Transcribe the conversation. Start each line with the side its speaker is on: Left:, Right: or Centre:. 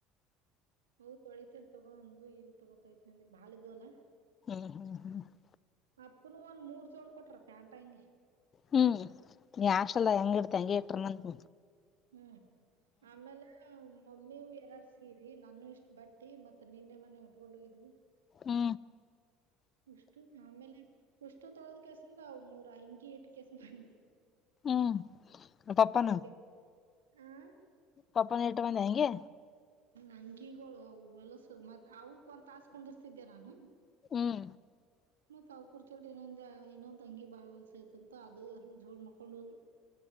Right: ಹೌ ತಳಿತ. ತಗೊಂದ್ಲು ಇಲ್ಲ ತಗೋತೈತಿ ನಿ ಬಾಳ ಇದ್ದು ಅಲ.
Left: ಹ್ಮ
Right: ಅಪ್ಪನು ಒಂದ್ ಮೂರ್ ಜೋಡ ಕೊಟ್ರ ಪ್ಯಾಂಟ್ ಅಂಗಿ
Left: ಹ್ಮ ನೀ ಆಷ್ಟಲ್ಲಾ ಹೆಂಗ ಇಡ್ತ ಹಂಗೆ ಇಟ್ರ ನಂತ
Right: ಹ್ಮ ಆಮೇಲ ಅ ಮಮ್ಮಿವು ಎರಡ್ ಸೀರಿ ನಾನು ಇಷ್ಟ್ ಬಟ್ಟಿ ಮತ್ತ ನಿನ್ನೆ ಮನ್ನೇ ಉಟ್ಕೊಂಡು ಹೋಗಿದ್ವು.
Left: ಹ್ಮ.
Right: ಉಷ್ಟು ಆಮೇಲೆ ಉಷ್ಟು ತೊಗ ಕೇಸಿಂದ ಅವ ಮೂರ ಅಂಗಿ ಇಟ್ಟ ಕೆಸ ಬಂದೆ.
Left: ಹ್ಮ್ ಪಪ್ಪನ
Right: ಅವ್ಗೆ ಆ
Left: ಪಪನ ಇಟ್ಟ ಬಂದ ಹಂಗೆ
Right: ಅಂಗಿಗೋಳು ಅವು ಹೊಲಸ ಮತ್ತ ಅವಕ ಒಂದ್ ತಾಸ ಕುಂದರ್ತಿದ್ದೆ ನಾನ.
Left: ಹ್ಮ.
Right: ಮತ್ತ ಅವ್ಕರ ಜೋಡ ಇನೊಂದ ಇನೊಂದ ಅಂಗಿ ಬಾಳ ಹೊಲ್ಸ ಐತಂತ ಅದು ಜೋಡ ಮಕ್ಕೊಂಡ ಹೋದ್ಲ.